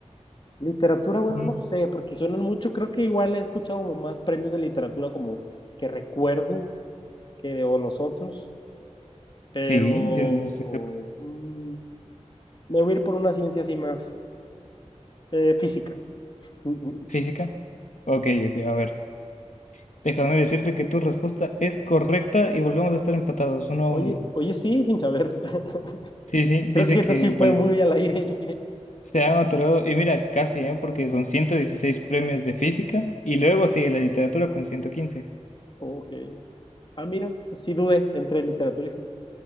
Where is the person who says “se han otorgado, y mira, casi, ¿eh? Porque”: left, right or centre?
Left